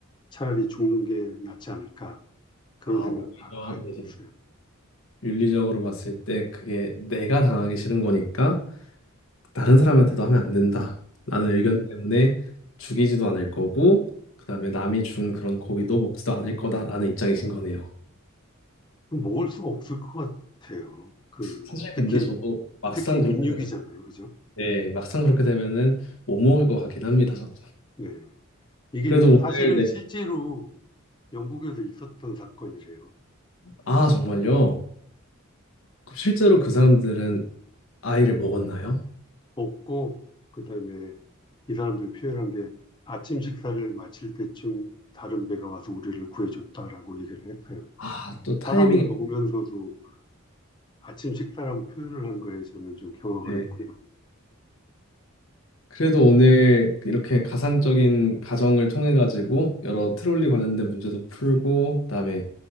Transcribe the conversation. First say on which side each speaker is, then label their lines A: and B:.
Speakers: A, on the left; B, on the left.
A: 차라리 죽는 게 낫지 않을까 그런
B: 아,
A: 생각을
B: 오히려
A: 가- 갖고
B: 네.
A: 있어요.
B: 윤리적으로 봤을 때 그게 내가 당하기 싫은 거니까 다른 사람한테도 하면 안 된다라는
A: 네.
B: 의견 때문에 죽이지도 않을 거고 그다음에 남이 준 그런 고기도 먹지도 않을 거다라는 입장이신 거네요.
A: 먹을 수가 없을 것 같아요. 그
B: 사실
A: 특히
B: 근데 저도 막상
A: 특히
B: 그렇게
A: 인육이잖아요,
B: 되면
A: 그죠?
B: 네, 막상 그렇게 되면은 못 먹을 것 같긴 합니다. 저도.
A: 네. 이게
B: 그래도
A: 사실은
B: 오늘 네.
A: 실제로 영국에서 있었던 사건이래요.
B: 아, 정말요? 그럼 실제로 그 사람들은 아이를 먹었나요?
A: 먹고 그다음에 이 사람들이 표현한 게 아침 식사를 마칠 때쯤 다른 배가 와서 우리를 구해줬다라고 얘기를 했어요.
B: 아, 또 타이밍이
A: 사람을 먹으면서도 아침 식사라고 표현을 한 거에 저는 좀 경악을
B: 네.
A: 했고요.
B: 그래도 오늘 이렇게 가상적인 가정을 통해 가지고 여러 트롤리 관련된 문제도 풀고 그다음에